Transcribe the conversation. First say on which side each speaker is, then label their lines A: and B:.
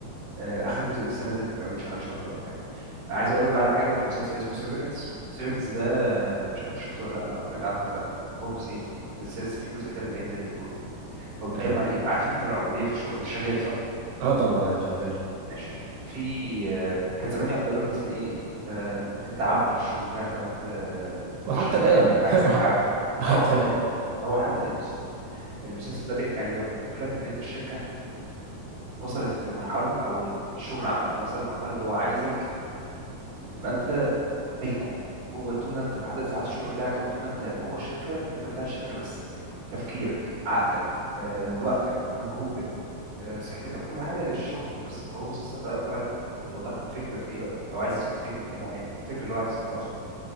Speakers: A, on the right (about 50°); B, on the right (about 80°).
A: آه آخر جزء لسه نازل ما كملش حوالي شهر ولا حاجة عايز أقول لك بقى على حاجة في مسلسل اسمه سيفرنس سيفرنس ده آه، مش عارف أنت شفته ولا لأ أو سمعت عنه ولا لأ هو جزئين لسه لسه في جزء تالت هينزل المفروض هو بيتكلم
B: ايوه
A: عن إيه عارف أنت العبودية في الشغل أنت شغال صح
B: اه طبعا انا شغال
A: ماشي في آه، كان زمان يقعد يقول لك مثلا ايه انت انت عبد للشغل بتاعك او انت
B: وحتى
A: الشركه
B: الان
A: بتاعتك عايزاك
B: <laughs>
A: عبد
B: وحتى
A: اه اه
B: الان
A: اه ما هو لحد الان بالظبط المسلسل ده بيحكي عن ايه بقى بيقول لك ان انت الشركه وصلت لمرحله او الشغل عامه وصل لمرحله اللي هو عايزك تبقى انت ملكه هو طول ما انت في عدد ساعات الشغل بتاعك او طول ما انت جوه الشركه انت بتاع الشركه بس تفكيرك عقلك آه، وقتك مجهودك آه، صحتك كل حاجه للشغل وبس هو المسلسل بقى طالع بيوضح لك فكره في ايه بقى او عايز يثبت فكره ايه معينه الفكره اللي هو عايز يثبتها اصلا